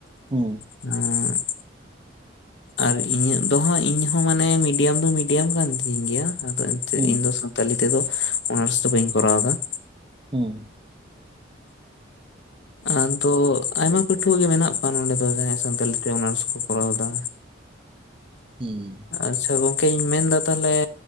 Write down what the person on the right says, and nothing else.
ᱦᱩᱸ
ᱦᱩᱸ
ᱦᱚᱸ
ᱦᱩᱸ